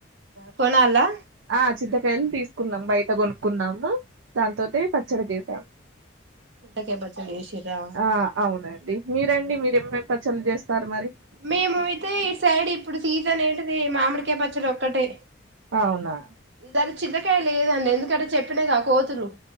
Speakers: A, on the right; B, on the right.
A: కోన అల్లా
B: ఆ చింతకాయలు తీసుకున్నాం బయట కొనుక్కున్నాము దాంతోట పచ్చడి తీసాం
A: చింతక పచ్చడి ఏషిరా
B: ఆ అవునండి మీరండి మీరేమేం పచ్చళ్ళ చేస్తారు మరి
A: మేము అయితే ఈ సైడ్ ఇప్పుడు సీజన్ ఏంటిది మామిడికాయ పచ్చడి ఒక్కటే
B: అవునా
A: ఈసారి చిల్లకాయ లేదండి ఎందుకంటే చెప్పినాగా కోతులు